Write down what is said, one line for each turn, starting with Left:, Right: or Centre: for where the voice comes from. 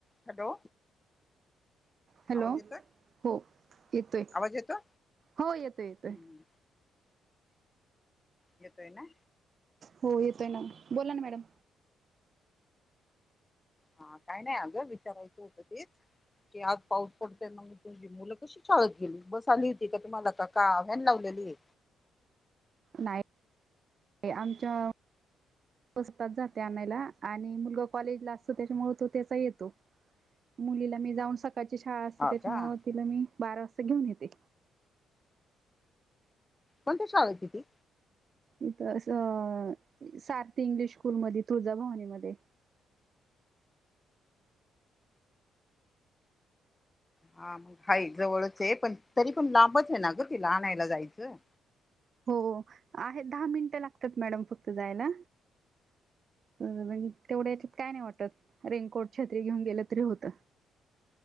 Left: Hello.
Right: Hello
Left: आवाज येतोय
Right: हो येतोय,
Left: आवाज येतोय
Right: हो येतोय येतोय.
Left: हम्म येतोय ना.
Right: हो येतोय ना, बोला ना मॅडम.
Left: हा, काय नाही अगं, विचारायचं होतं तेच, की आज पाऊस पडतोय म मुलं कशी चालत गेली, बस आली होती का तुम्हाला का, का व्हॅन लावलेली आहे.
Right: नाही आमच्या पसतात जाते आणायला, आणि मुलगा कॉलेज ला असतो त्याच्यामुळे तो त्याचा येतो. मुलीला मी जाऊन सकाळची शाळा असते,
Left: हा
Right: त्याच्यामुळे
Left: का
Right: तिला मी बारा वाजता घेऊन येते.
Left: कोणती शाळा आहे तीची?
Right: इथ असं, सारथी इंग्लिश स्कूल मधे तुळजाभवनीमध्ये.
Left: हा, हाय जवळच आहे पण तरी पण लांबच आहे ना ग तीला आणायला जायचं.
Right: हो आहेत, दहा मिनटं लागतात मॅडम फक्त जायला. तेवढ्या याच्यात काय नाही वाटत, रेनकोट छत्री घेऊन गेलं तरी होतं.